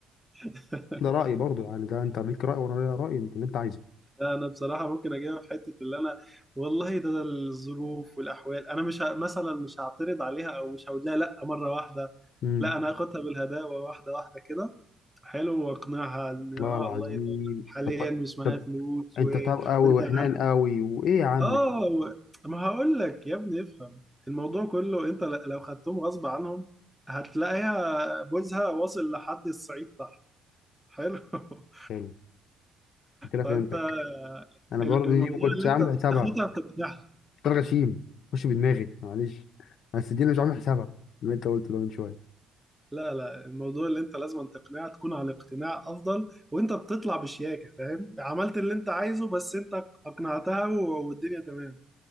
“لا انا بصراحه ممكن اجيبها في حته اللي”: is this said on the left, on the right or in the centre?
Centre